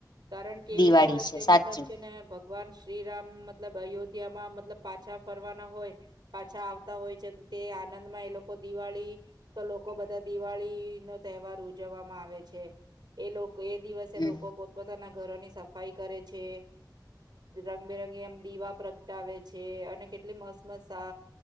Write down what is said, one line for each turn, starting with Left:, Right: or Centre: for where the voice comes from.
Right: કારણ કે
Left: દિવાળી
Right: એ દિવસે
Left: છે સાચું
Right: મતલબ છે ને ભગવાન શ્રીરામ મતલબ અયોધ્યામાં મતલબ પાછા ફરવાના હોય પાછા આવતા હોય છે તો તે આનંદમાં એ લોકો દિવાળી તો લોકો બધા દિવાળી નો તહેવાર ઉજવવામાં આવે છે એ લોકો એ દિવસે
Left: હમ
Right: લોકો પોતપોતાના ઘરોની સફાઈ કરે છે રંગબેરંગી એમ દીવા પ્રગટાવે છે અને કેટલી મસ મસ અ